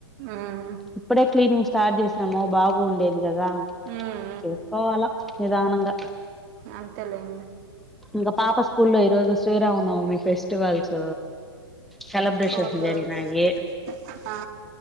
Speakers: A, on the right; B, in the centre.
A: ఉమ్
B: ఇప్పుడే క్లీనింగ్ స్టార్ట్ చేస్ మో బాబు ఉండేది ఇది కదా
A: ఉమ్
B: చేసుకోవాలా నిదానంగా
A: అంతే లేండి
B: ఇంకా పాప స్కూ లో ఈ రోజు Sriramanavami festivals celebrations
A: okay
B: జరిగినాయి.
A: okay ఆ